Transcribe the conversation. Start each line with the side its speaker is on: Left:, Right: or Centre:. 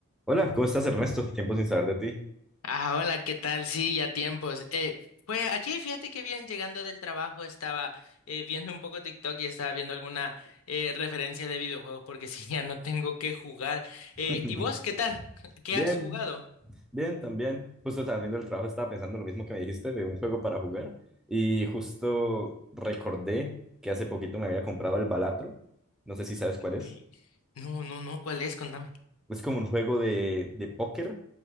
Centre: Hola, ¿cómo estás, Ernesto? Tiempo sin saber de
Left: Ah, hola, ¿qué tal? Sí, ya tiempos. Eh, pues aquí fíjate que bien, llegando del trabajo estaba eh, viendo un poco TikTok y estaba viendo alguna eh, referencia de videojuegos porque <laughs> si ya no tengo que jugar.
Centre: ti. <laughs>
Left: Eh, ¿y vos qué tal? ¿Qué
Centre: Bien,
Left: has jugado?
Centre: bien, también. Justo saliendo del trabajo estaba pensando lo mismo que me dijiste de un juego para jugar y justo recordé que hace poquito me había comprado el Balatro. No sé si sabes cuál es.
Left: Okay. No, no, no, ¿cuál es? Contame.
Centre: Es como un juego de, de póker,